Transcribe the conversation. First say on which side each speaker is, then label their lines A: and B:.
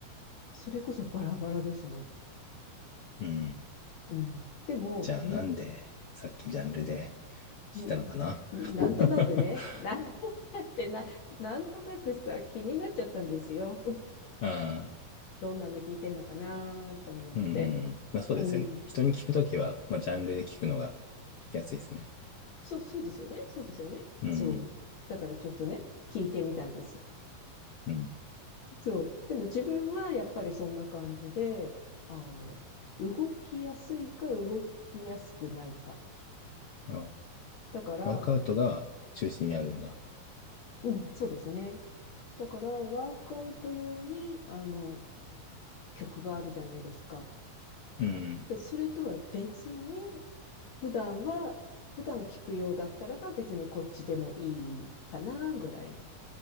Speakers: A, on the left (about 55°); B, on the left (about 80°).
A: それこそバラバラですね。
B: うん。
A: うん。でも、
B: じゃあなんで、
A: 日本
B: さっきジャンルで聞いたのかな
A: うん <laughs> なんとなくね、
B: <laughs>
A: なん <laughs> ってな、<laughs> なんとなくさ、気になっちゃったんですよ。
B: ああ、
A: どんなの聞いてんのかなと思って。
B: うんうんまあそうですよね。
A: うん。
B: 人に聞くときは、まあ、ジャンルで聞くのが聞きやすいですね。
A: そう、そうですよね。そうですよね。
B: うん、
A: そう。だからちょっとね、聞いてみたんです。
B: うん。
A: そう。でも自分はやっぱりそんな感じで、あの、動きやすいか動きやすくないか。
B: あ
A: だから、
B: ワークアウトが中心にあるんだ。
A: うん、そうですね。だから、ワークアウト用に、あの、曲があるじゃないですか。
B: うん、
A: で、それとは別に、普段は、普段聞くようだったらば別にこっちでもいいかな、ぐらいの、